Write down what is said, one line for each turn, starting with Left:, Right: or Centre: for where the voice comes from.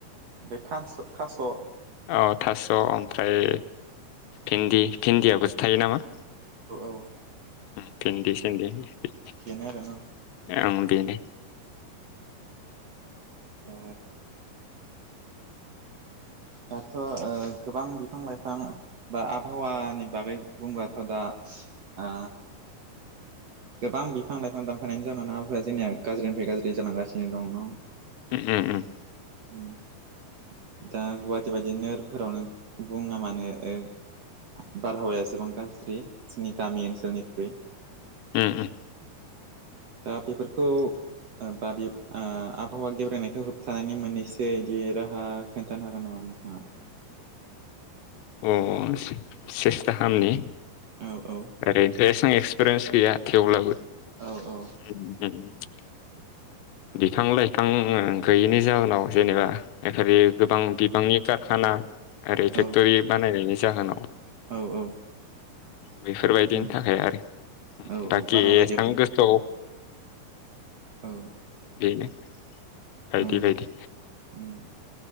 Right: ओमफाय थास थास'
Left: औ थास' ओमफ्राय भन्दि भिन्दियाबोसो थायो नामा
Right: औ
Left: ओम भेन्दि सन्दिप
Right: बेनो आरोना
Left: ओम बेनि
Right: अ दाथ' ओ गोबां बिफां लाइफां बा आबहावानि बागै बुंबाथ' दा ओ गोबां बिफां लाइफां दानफानायनायनि जाउनाव आबहावाया जोंनिया गाज्रिनिफ्राय गाज्रि जालांगासिनो दं न'?
Left: ओम ओम
Right: ओम दा गुवाहाटि बायदि नोगोरफोरावनो बुङा मानो ओ बारहावाया जोबां गाज्रि जोंनि गामि ओनसोलनिख्रुइ
Left: ओम ओम
Right: दा बेफोरखौ ओ बा बि ओ आबहावा गेब्रेनायखौ होबथानायनि मोननैसो इदि राहा खोन्थानो हागोन नामा नोंथाङा
Left: अअ से -सेस्था खालामनि
Right: औ औ
Left: ओरैनोथ' एसा एक्सपिरियेन्स गैया थेवब्लाबो
Right: औ औ
Left: <unintelligible> बिफां लाइफां ओं गैयिनि जााहोनाव जेनेबा <unintelligible> गोबां बिबांनि कारखाना ओरै
Right: औ
Left: फेक्ट'रि बानायनायनि जाहोनाव
Right: औ औ
Left: बेफोरबायदिनि
Right: नंगौ
Left: थाखाय आरो
Right: औ
Left: दाखि
Right: औ बारहावा
Left: एसेबां
Right: गेब्रेंदों
Left: गोसोआव
Right: औ
Left: बेनो बायदि
Right: ओम
Left: बायदि
Right: ओम